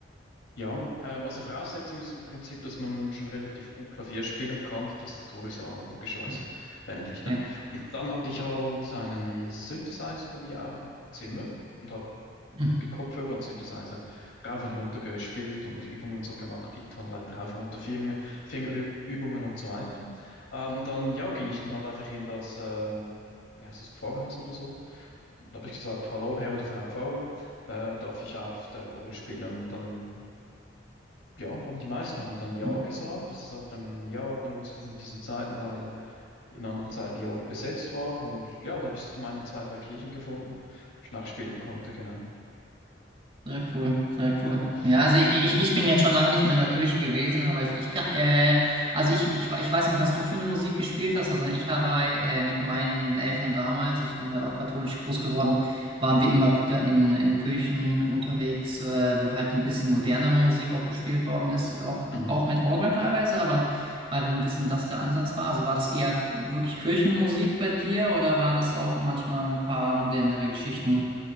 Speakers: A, on the left (about 85°); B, on the right (about 30°).
A: Ja, ähm, also Voraussetzung ist im Prinzip, dass man schon relativ gut Klavier spielen kann. Die Tastatur ist ja logischerweise
B: Hm.
A: ähnlich,
B: Ja.
A: ne? Und dann hatte ich halt einen Synthesizer bei mir auch im Zimmer und habe
B: Hm.
A: mit Kopfhörer und Synthesizer rauf und runter gespielt und Übungen so gemacht, die Tonleiter rauf, runter, Finger, Fingerübungen und so weiter. Ähm, dann, ja, ging ich dann halt einfach in das, ähm, wie heißt das, Pfarrhaus oder so. Da habe ich gesagt, hallo, Herr oder Frau Pfarrer, äh, darf ich auf der Orgel spielen? Und dann, ja, haben die meisten haben dann ja
B: Hm.
A: gesagt, dass sie dann ja, aber nur zu diesen, diesen Zeiten, weil in anderen Zeiten die Orgel besetzt war. Und ja, da habe ich so meine zwei, drei Kirchen gefunden, wo ich nachspielen konnte, genau.
B: Sehr cool, sehr
A: <laughs>
B: cool. Ja, also ich, ich, ich bin jetzt schon lange nicht mehr in der Kirche gewesen, aber ich, ich kann, äh, also ich, ich, ich weiß nicht, was du für eine Musik gespielt hast. Also ich war äh, mit meinen Eltern damals, also ich bin halt auch katholisch groß geworden, waren wir immer wieder in, in Kirchen unterwegs, äh, wo halt so ein bisschen modernere Musik auch gespielt worden ist, auch,
A: Mhm.
B: auch mit Orgel teilweise, aber halt wo ein bisschen das der Ansatz war. Also war das eher wirklich Kirchenmusik bei dir oder waren das auch manchmal ein paar modernere Geschichten,